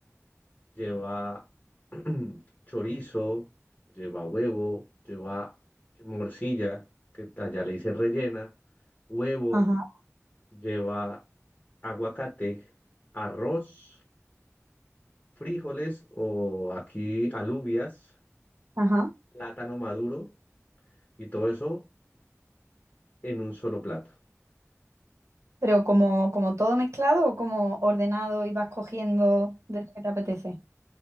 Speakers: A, on the left; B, on the right.
A: lleva <clears throat> chorizo, lleva huevo, lleva morcilla, que allá le dicen rellena, huevo,
B: Ajá,
A: lleva aguacate, arroz, frijoles o aquí alubias,
B: ajá.
A: plátano maduro y todo eso en un solo plato.
B: Pero como, como todo mezclado o como ordenado y vas cogiendo de lo que te apetece.